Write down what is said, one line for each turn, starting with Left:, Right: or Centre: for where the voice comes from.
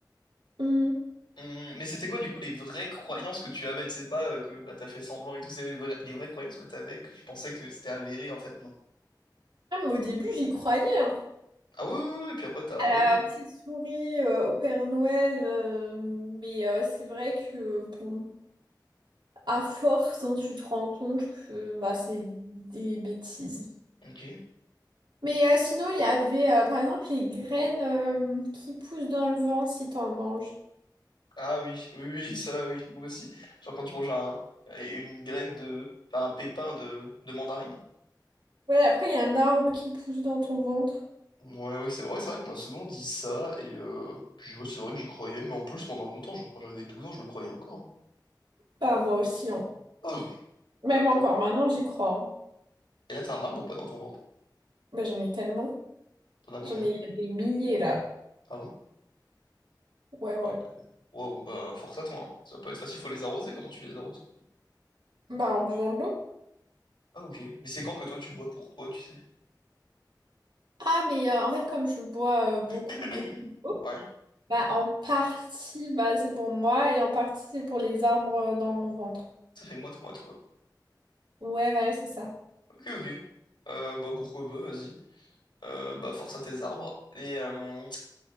Right: Hmm.
Left: Hum, Mais c'était quoi, du coup, les vraies croyances que tu avais? Tu sais pas euh, que bah, t'as fait semblant et tout, c'est les, vra- les vraies croyances que t'avais, que tu pensais que c'était avéré, en fait, non.
Right: Ah, mais au début, j'y croyais, hein.
Left: Ah oui, oui, oui, oui, puis après, t'as.
Right: À la
Left: Oui, oui.
Right: petite souris, euh, au Père Noël, euh, mais euh, c'est vrai que, bon, à force, hein, tu te rends compte que bah, c'est des bêtises.
Left: Ok.
Right: Mais euh, sinon, il y avait, euh, par exemple, les graines euh, qui poussent dans le ventre si t'en manges.
Left: Ah oui, <laughs> oui, oui, ça, oui, moi aussi. Genre quand tu manges un, une graine de, enfin un pépin de, de mandarine.
Right: Ouais, après, il y a un arbre qui pousse dans ton ventre.
Left: Ouais, oui, c'est vrai, c'est vrai qu'on m'a souvent dit ça, et euh, puis ouais, c'est vrai que j'y croyais, mais en plus pendant longtemps, genre quand j'avais 12 ans, je le croyais encore. hein.
Right: Bah, moi aussi, hein.
Left: Ah ouais,
Right: Même
Left: ah ouais.
Right: encore maintenant, j'y crois, hein.
Left: Et là, t'as un arbre ou pas dans ton ventre?
Right: Bah, j'en ai tellement.
Left: T'en as combien?
Right: J'en ai des milliers, là.
Left: Ah bon?
Right: Ouais, ouais.
Left: Ouais, euh, Wow, bah force à toi, hein. Ça va pas être facile, faut les arroser, comment tu les arroses?
Right: Bah, en buvant de l'eau.
Left: Ah ok, mais c'est quand que toi tu bois pour toi, tu sais?
Right: Ah, mais euh, en fait, comme je bois euh, beaucoup,
Left: <coughs>
Right: beaucoup d'eau,
Left: <clears throat> Ouais,
Right: bah, en partie, bah, c'est pour moi et en partie, c'est pour les arbres euh, dans mon ventre.
Left: ça fait moite-moite, quoi.
Right: Ouais, voilà c'est ça.
Left: Ok, ok. Euh, bah pourquoi pas, vas-y. Euh, bah force à tes arbres. Et, euh,